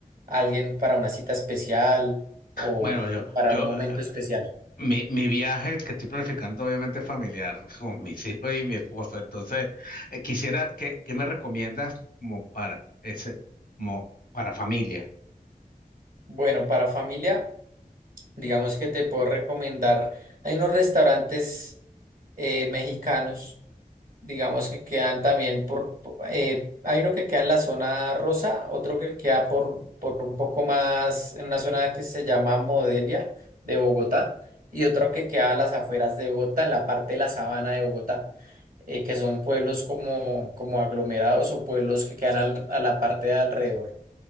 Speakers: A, on the right (about 70°); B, on the left (about 75°).
A: a alguien para una cita especial o
B: Bueno, yo,
A: para
B: yo,
A: un momento
B: ah,
A: especial.
B: mi, mi viaje, el que estoy planificando, obviamente es familiar, <laughs> con mis hijos y mi esposa. Entonces, eh, quisiera, ¿qué, qué me recomiendas como para ese, como para familia?
A: Bueno, para familia Digamos que te puedo recomendar. Hay unos restaurantes eh, mexicanos, digamos que quedan también por, po- eh, hay uno que queda en la zona rosa, otro que queda por, por un poco más, en una zona que se llama Modelia de Bogotá, y otro que queda a las afueras de Bogotá, en la parte de la sabana de Bogotá, eh, que son pueblos como, como aglomerados o pueblos que quedan al- a la parte de alrededor.